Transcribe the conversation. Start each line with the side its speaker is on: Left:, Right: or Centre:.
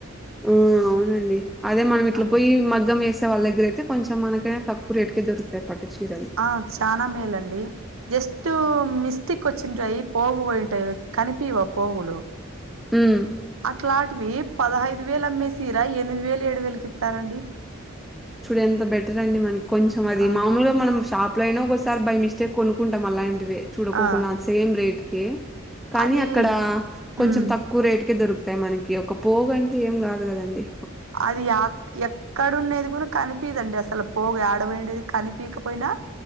Centre: ఊ అవు అండి అదే మనం ఇట్లా
Right: ఆ
Centre: పోయి మగ్గం వేసే అవునండి మనం ఇట్ల పొయ్యి మగ్గం వేసే వాళ్ళ దగ్గర అయితే కొంచం మనకైనా తక్కువ రేటుకే దొరుకుతాయి పట్టు చీరలు
Right: ఆ చానా మేలండి జస్ట్ మిస్టేక్ వచ్చింటాయి పోగు పోయింటాయి కనిపియ్యవి ఆ పోగులు
Centre: ఊమ్
Right: అట్లాటివి పదహైదు వేలు అమ్మే సీర ఎనిమిది వేలు ఏడు వేలుకి ఇత్తారండి
Centre: చూడు ఎంత బెటర్ అండి మనకి కొంచెం అది
Right: ఆ
Centre: మామూలుగా మనం తాప్లో అయినా ఒకసారి బై మిస్టేక్ కొనుక్కుంటాం అలాంటివి చూడకోకుండా
Right: ఆ
Centre: సేమ్ రేట్కి కానీ
Right: అది
Centre: అక్కడ కొంచెం
Right: ఉమ్
Centre: తక్కువ రేటుకే దొరుకుతాయి మనకి ఒక పోగు అంటే ఏం గాదు గదండి
Right: అది ఆక్ ఎక్ కడు ఉండేది కూడా కనిపీదండి అసలు పోగు యాడ పోయిండేది కనిపీకపోయినా